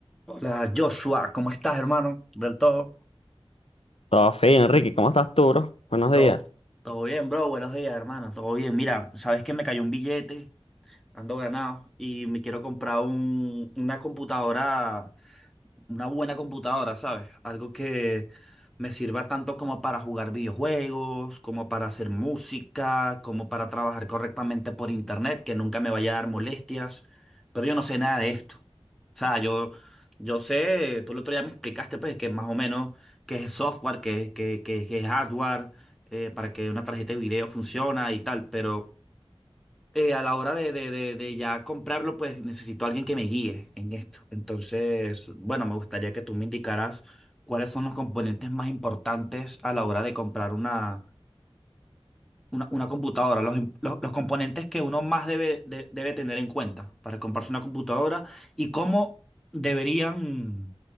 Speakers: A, in the centre; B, on the left.
A: Hola Joshua, ¿cómo estás, hermano? Del todo.
B: Todo fino, Enrique, ¿cómo estás tú, bro? Buenos
A: Todo,
B: días.
A: todo bien, bro. Buenos días, hermano. Todo bien. Mira, sabes que me cayó un billete, ando ganado y me quiero comprar un, una computadora una buena computadora, ¿sabes? Algo que me sirva tanto como para jugar videojuegos, como para hacer música, como para trabajar correctamente por internet, que nunca me vaya a dar molestias. Pero yo no sé nada de esto. O sea, yo, yo sé, tú el otro día me explicaste, pues, que más o menos qué es software, qué, qué- qué- qué es hardware, eh, para que una tarjeta de video funciona y tal, pero eh, a la hora de, de- de- de ya comprarlo, pues necesito a alguien que me guíe en esto. Entonces, bueno, me gustaría que tú me indicaras cuáles son los componentes más importantes a la hora de comprar una, una, una computadora, los, im- los- los componentes que uno más debe, de- debe tener en cuenta para comprarse una computadora y cómo deberían